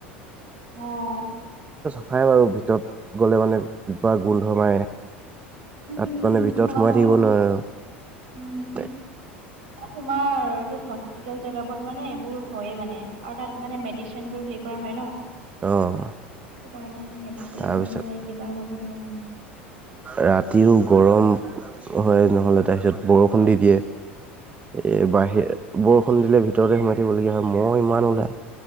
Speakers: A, on the right; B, on the right.
A: অ',
B: খাই বাৰু ভিতৰত গ'লে মানে কিবা গোন্ধ মাৰে
A: উম
B: তাত
A: উম
B: মানে ভিতৰত
A: হয়
B: সোমাই
A: হয়
B: থাকিব নোৱাৰো
A: উম তোমাৰ এইটো হস্পিতেল জেগাত বোৰত মানে এইবোৰ হয়ে মানে আৰু তাত মানে মেডিচিন বোৰ হেৰি কৰা হয় ন
B: অ',
A: সেইটো কাৰণে মেডিচিনৰ
B: তাৰপিছত
A: গন্ধয়ে কিবা গন্ধয়ে
B: ৰাতিও গৰম হয় নহ'লে তাৰপিছত বৰষুণ দি দিয়ে। এ বাহিৰে বৰ ফোন দিলে ভিতৰতে সোমাই থাকিবলগীয়া হয়, মহ ইমান ওলাই